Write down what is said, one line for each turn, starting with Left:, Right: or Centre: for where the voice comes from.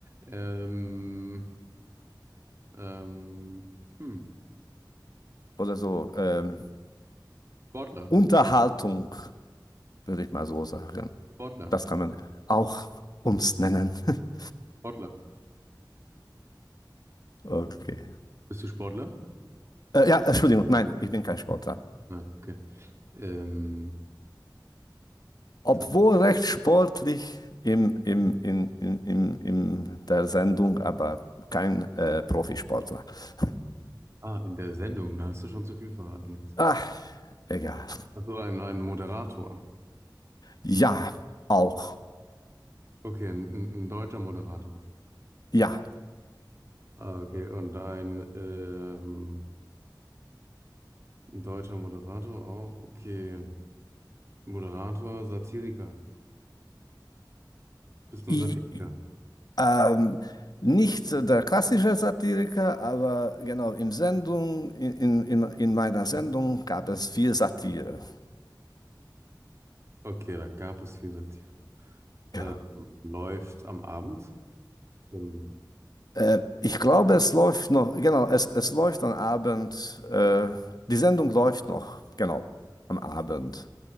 Right: Ähm, Ähm, hm.
Left: oder so. Ähm,
Right: Sportler.
Left: Unterhaltung, würde ich mal so sagen.
Right: Sportler.
Left: Das kann man auch Kunst nennen. <laughs>
Right: Sportler.
Left: Okay.
Right: Bist du Sportler?
Left: Äh, ja, Entschuldigung, nein, ich bin kein Sportler.
Right: Nein, okay. Ähm,
Left: Obwohl
Right: dann,
Left: recht sportlich im, im, in, in, in, in der Sendung, aber kein äh, Profisportler. <laughs>
Right: ah, in der Sendung, da hast du schon zu viel verraten jetzt.
Left: Ah, egal.
Right: Ach so, ein, ein Moderator.
Left: Ja, auch.
Right: Okay, ein, ein ein deutscher Moderator.
Left: Ja.
Right: Ah, okay, und ein, ähm, ein deutscher Moderator auch. Okay. Moderator, Satiriker. Bist
Left: I,
Right: du ein Satiriker?
Left: i- ähm, nicht der klassische Satiriker, aber genau im Sendung, in, in, in in meiner Sendung gab es viel Satire.
Right: Okay, da gab es viel Satire.
Left: Genau.
Right: Ähm, läuft am Abend. Ähm,
Left: Äh, ich glaube, es läuft noch, genau, es, es läuft am Abend, äh, die Sendung läuft noch, genau, am Abend,